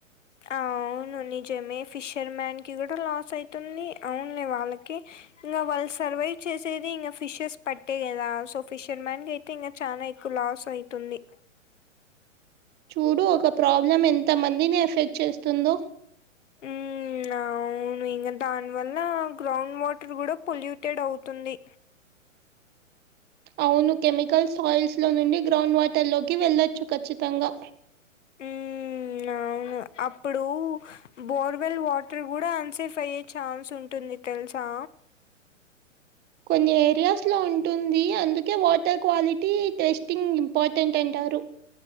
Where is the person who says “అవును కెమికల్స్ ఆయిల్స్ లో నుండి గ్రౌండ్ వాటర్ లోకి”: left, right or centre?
Right